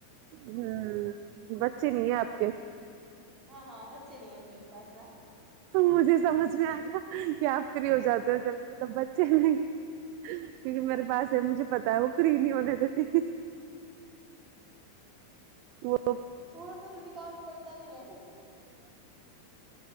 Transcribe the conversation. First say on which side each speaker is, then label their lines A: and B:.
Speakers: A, on the right; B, on the right.
A: ہوں بچ اچے نہیں ہے آپ کے
B: ہاں ہاں بچے نہیں اب میرے پاس نا
A: مجھے سمجھ میں آ گیا کیا آپ فری ہو جے ہو جلدی مطلب بچے نہیں کیونکہ میرے باس سے مجھے پتا ہے وہ فری نہیں ہونے دیتی وہ
B: وہ تو دکھاؤ نہیں پتی پتا نہیں ہے